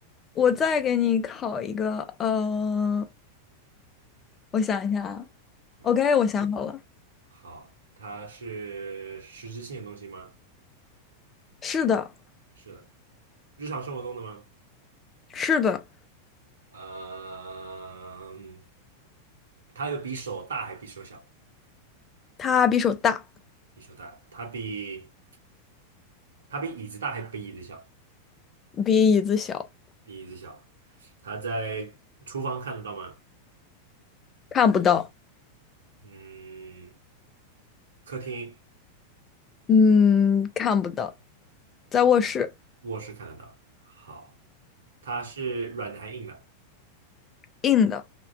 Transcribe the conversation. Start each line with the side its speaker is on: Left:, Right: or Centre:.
Left: 我再给你考一个，嗯、我想一下啊
Right: 嗯，
Left: ，OK，我想好了，
Right: 好，它是实质性的东西吗？
Left: 是的，
Right: 是的，日常生活中的吗？
Left: 是的，
Right: 呃嗯。它有比手大还比手小？
Left: 它比手大，
Right: 比手大，它比它比椅子大还比椅子小？
Left: 比椅子小，
Right: 比椅子小。它在厨房看得到吗？
Left: 看不到，
Right: 嗯，客厅、
Left: 嗯，看不到，在卧室，
Right: 卧室看得到。好，它是软的还硬的？
Left: 硬的，